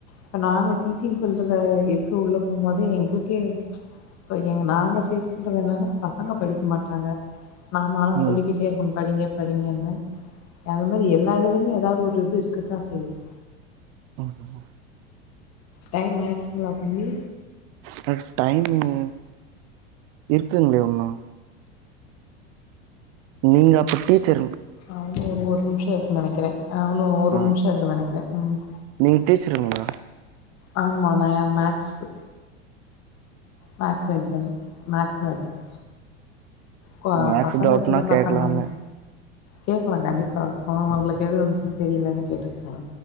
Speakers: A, on the left; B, on the right.
A: இப்ப நாங்க டீச்சிங் ஃபீல்டுல இருக்கு உள்ள போம்போதே எங்ளுக்கே இப்ப எங்க நாங்க ஃபேஸ் பண்றது என்னன்னா பசங்க படிக்க மாட்டாங்க நாமலா
B: ம்
A: சொல்லிக்கிட்டே இருக்கணு படிங்க படிங்கன்னு அந்த மாதிரி எல்லா இதுலயுமே ஏதாவது ஒரு இது இருக்கதா செய்யுது
B: ஆ அ
A: டைம் ஆயிருச்சுங்களா தம்பி
B: ட டைமு இருக்குங்ளே இன்னோ நீங்க அப்ப டீச்சருங்
A: ஆமா ஒரு ஒரு நிமிஷ இருக்குன் நெனைக்கிறே அ இன்னு ஒரு
B: ஆ
A: நிமிஷ இருக்குன் நெனைக்கிறே ம்
B: நீங்க டீச்சருங்களா
A: ஆமா நா மேக்ஸு மேக்ஸ் மேஜனு மேக்ஸ் மேஜர் கொ
B: மேக்ஸ்
A: பசங்க
B: டவுட்னா
A: சின்ன பசங்கதா
B: கேக்கலான்னு
A: கேக்கலா கண்டிப்பா ஆமா உங்களுக்கு எது வந்துச்சுனு தெரிலனு கேட்டுக்லா